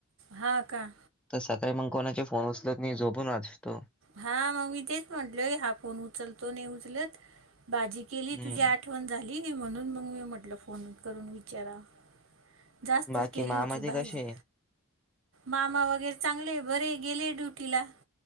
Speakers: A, on the right (about 65°); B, in the centre.
A: हा का.
B: तर सकाळी मंग कोणाचे फोन उचलत नई झोपून वाचतो.
A: हा मग मी तेच म्हटलय हा फोन उचलतो नई उचलत बाजी केली
B: हं.
A: तुझी आठ वण झाली म्हणून मग मी म्हटलं फोन करून विचाराव. जास्तच
B: बाकी
A: केली
B: मामा
A: होती
B: ते
A: भाजी.
B: कसे आहे?
A: मामा वगैरे चांगले बरे गेले ड्युटीला